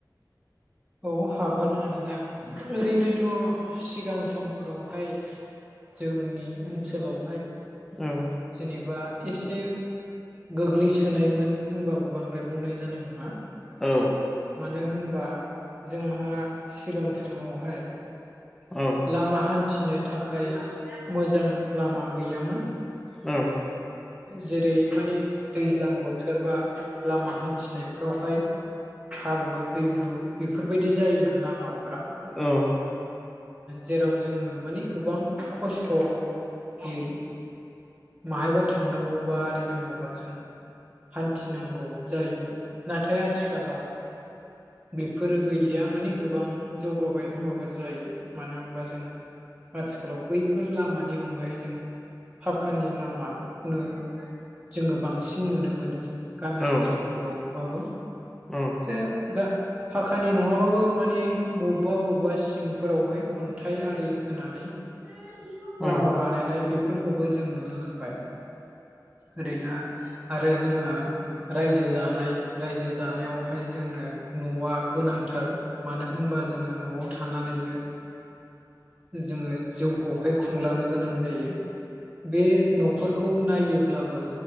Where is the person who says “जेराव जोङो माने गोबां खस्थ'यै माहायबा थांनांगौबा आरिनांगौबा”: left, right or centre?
Right